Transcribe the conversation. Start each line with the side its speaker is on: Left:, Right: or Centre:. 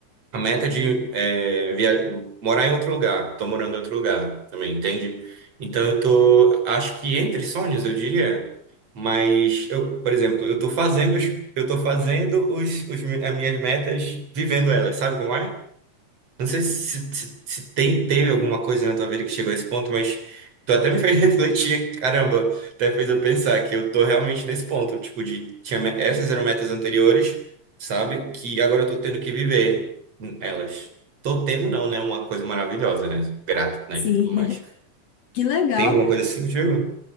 Right: a meta de é, via... morar em outro lugar. Tô morando em outro lugar também, entende? Então eu tô, acho que entre sonhos, eu diria. Mas eu, por exemplo, eu tô fazendo, os- eu tô fazendo os, os, mi- as minhas metas, vivendo elas, sabe como é? Não sei se, se, se tem, teve alguma coisa na tua vida que chegou a esse ponto, mas tu até me fez <laughs> refletir, caramba, até fez eu pensar que eu tô realmente nesse ponto, tipo, de tinha me- essas eram metas anteriores, sabe? Que agora eu tô tendo que viver elas. Tô tendo não, né? Uma coisa maravilhosa, né? Sou grato, né?
Left: Sim,
Right: E tudo mais.
Left: <laughs> que legal.
Right: Tem alguma coisa assim contigo?